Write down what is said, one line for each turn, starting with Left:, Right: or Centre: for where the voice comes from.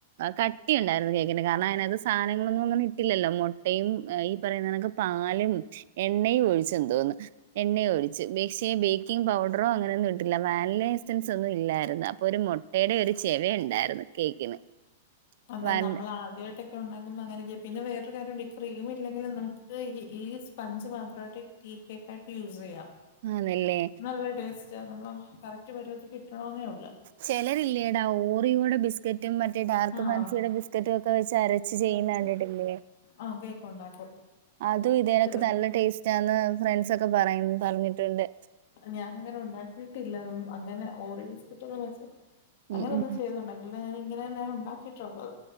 Right: കട്ടി ഉണ്ടായിരുന്നു കേക്ക്. പിന്ന കാരണം അതിനകത്ത് സാധനങ്ങളൊന്നും അങ്ങനെ ഇട്ടില്ലല്ലോ. മുട്ടയും ഈ പറയുന്നക്ക് പാലും എണ്ണയും ഒഴിച്ചു എന്ന് തോന്നുന്നു. എണ്ണ ഒഴി ച്. പക്ഷേ ബേക്കിംങ് പൗഡറോ അങ്ങനെയൊന്നും ഇിട്ടില്ല. വാനില എസ് സൻസ് ഒന്നും ഇല്ലായിരുന്നു. അപ്പോ ഒരു മുട്ടയുടെ ഒരു ചെവ ഉണ്ടായിരുന്നു കേക്കിന്.
Left: അത്
Right: വാൻ
Left: നമ്മ ആദ്യമായിട്ടൊക്കെ ഉണ്ടാകുമ്പോൾ അങ്ങനയൊക്കെ. പിന്നെ വേറെ കാര്യംണ്ട്. ക്രീം ഇല്ലെങ്കിലും നമുക്ക് ഈ സ്പഞ്ച് മാത്രമായിട്ട് ടീ കേക്കായിട്ട് യൂസ് ചെയ്യാം.
Right: ആന്നല്ലേ
Left: നല്ല ടേസ്റ്റ നമ്മള കറക്റ്റ് പരുവത്തി കിട്ടണെന്നേള്ളൂ
Right: ചിലരില്ലേടാ ഓറിയോടെ ബിസ് ബിസ്ക്കറ്റും മറ്റേ ഡാർക്ക്
Left: ആഹ്
Right: ഫാൻസിയുടെ ബിസ്ക്കറ്റും ഒക്കെ വെച്ച് അരച്ച് ചെയ്യുന്നത് കണ്ടിട്ടില്ലേ
Left: ആഹ് കേക്ക് ഉണ്ടാക്കും
Right: അതും ഇതേലൊക്കെ
Left: ചെറു
Right: നല്ല ടേസ്റ്റാന്ന് ഫ്രണ്ട്സൊക്കെ പറ പറഞ്ഞിട്ടുണ്ട്
Left: ഞാനും അങ്ങനെ ഉണ്ടാക്കിയിട്ടില്ല അതും അങ്ങനെ ഓറി ബിസ്ക്കിറ്റ് ഒന്നും വെച്ച്
Right: ഉം
Left: അങ്ങനെ
Right: ഉം
Left: ഒന്നും ചെയ്തുണ്ടാക്കില്ല ഞാന് ഇങ്ങനെ തന്നെ ഉണ്ടാക്കിയിട്ടുള്ളത്